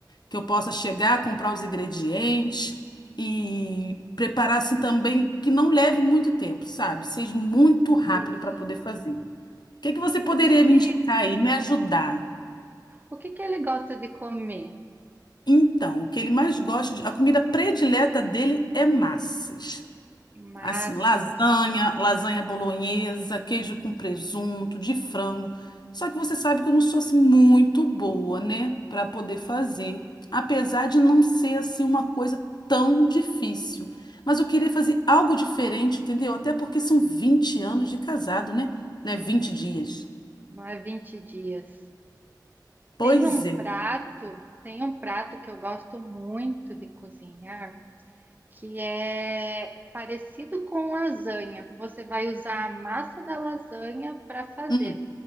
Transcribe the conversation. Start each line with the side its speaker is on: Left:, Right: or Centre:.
Left: Que eu possa chegar, comprar os ingredientes e preparar, assim, também, que não leve muito tempo, sabe? Seja muito rápido
Right: Sim.
Left: para poder fazer. O que que você poderia
Right: O que
Left: me
Right: que,
Left: indicar aí, me ajudar?
Right: o que que ele gosta de comer?
Left: Então, o que ele mais gosta de, a comida predileta dele é massas.
Right: Massas,
Left: Assim, lasanha, lasanha bolonhesa, queijo com presunto, de frango. Só que você sabe que eu não sou assim muito boa, né, para poder fazer, apesar de não ser assim uma coisa tão difícil. Mas eu queria fazer algo diferente, entendeu? Até porque são 20 anos de casado, né? Né, 20 dias.
Right: não é 20 dias.
Left: Pois
Right: Tem um
Left: é.
Right: prato, tem um prato que eu gosto muito de cozinhar, que é parecido com lasanha. Você vai usar a massa da lasanha para fazer.
Left: Hum,